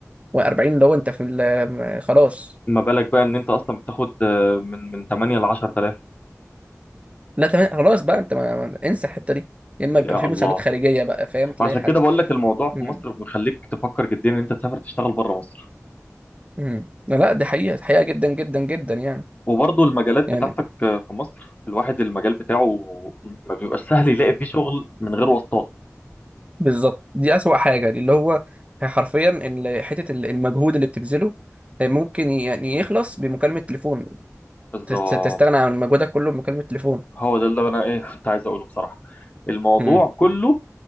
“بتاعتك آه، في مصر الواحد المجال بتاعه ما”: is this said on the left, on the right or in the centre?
Left